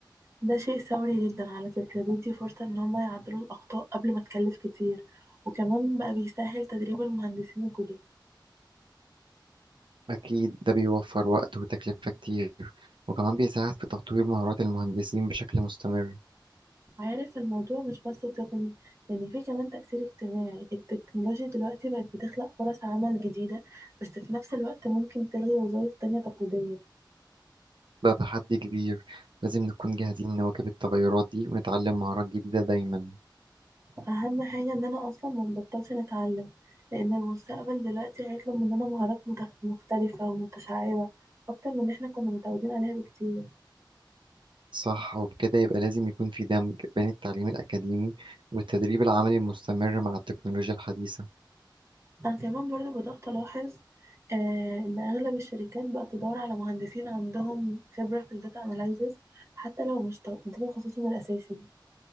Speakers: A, on the right; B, on the right.
A: ده شيء ثوري جدا على فكرة بيدي فرصة إن هم يعدلوا الأخطاء قبل ما تكلف كتير وكمان بقى بيسهل تدريب المهندسين الجدد
B: أكيد ده بيوفر وقت وتكلفة كتير وكمان بيساعد في تطوير مهارات المهندسين بشكل مستمر
A: عارف الموضوع مش بس تقني يعني في كمان تأثير اجتماعي التكنولوجيا دلوقتي بقت بتخلق فرص عمل جديدة بس في نفس الوقت ممكن تلغي وظائف تانية تقليدية
B: بقى تحدي كبير لازم نكون جاهزين نواكب التغيرات دي ونتعلم مهارات جديدة دايما
A: اهم حاجه ان انا اصلا ما بطلش نتعلم لان المستقبل دلوقتي هيطلب مننا مهارات متخ- مختلفه ومتشعبه اكتر من اللي احنا كنا متعودين عليها بكتير
B: صح وبكده يبقى لازم يكون في دمج بين التعليم الأكاديمي والتدريب العملي المستمر مع التكنولوجيا الحديثة
A: انا كمان برضو بدات الاحظ آه ان اغلب الشركات بقت تدور على مهندسين عندهم خبره في الداتا اناليزز حتى لو مش ت- ده تخصصهم الاساسي